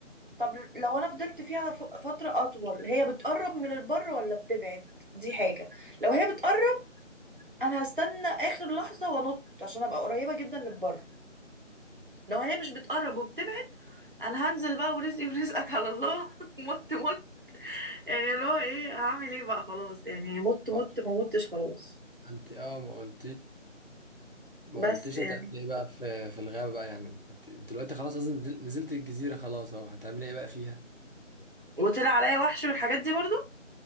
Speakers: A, on the right; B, on the left.
A: طب لو انا فضلت فيها ف- فترة اطول هي بتقرب من البر ولا بتبعد دي حاجة لو هي بتقرب انا هستنى اخر لحظة وانط عشان ابقى قريبة جدا للبر لو هي مش بتقرب وبتبعد انا هنزل بقى ورزقي ورزقك على الله <laughs> مت مت يعني اللي هو ايه هعمل ايه بقى خلاص يعني مت مت
B: اه
A: ما متش خلاص
B: انت اه ما قلت ما
A: بس
B: قلتش
A: يعني
B: هتعمل ايه بقى في في الغابة بقى يعني انت انت دلوقتي خلاص اصلا نزل- نزلت الجزيرة خلاص اهو هتعمل ايه بقى فيها
A: وطلع عليا وحش والحاجات دي برضو